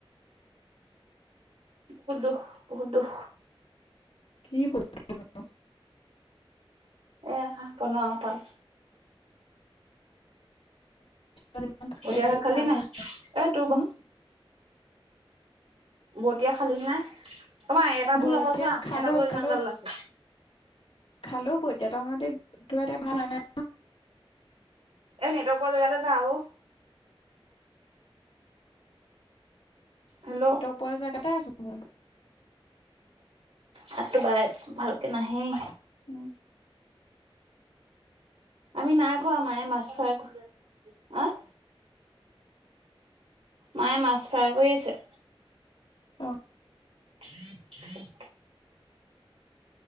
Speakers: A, on the right; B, on the left.
A: বহুত দুখ বহুত দুখ
B: কি পোক কিবা ক
A: এ হাঁহ বনোৱা পাল
B: ইমান
A: পইতা
B: কি বেছি
A: ভাত খালি
B: খাইছ
A: নাই এই তোৰ ব
B: উম
A: বতিয়া খালি নাই? অ মা এটা
B: বৰতীয়া
A: ভুল অকল চোৱা
B: খালো
A: এটা ভুলত
B: খালো
A: ইমান গাল ওলাইছে
B: খালো পইতা ভাতকে দুপৰীয়া এতিয়া ভাত আনে নাই
A: এই নেটৱৰ্ক পোৱা জেগালৈ যা ঔ হেল্ল'
B: নেটৱৰ্ক পোৱা জেগাতে আছো মই
A: মাতটো একেবাই ভালকৈ নাহেই
B: উম
A: আমি নাই খোৱা মায়ে মাছ ফ্ৰাই কৰি আহ মায়ে মাছ ফ্ৰাই কৰি আছে।
B: অ
A: <inaudible>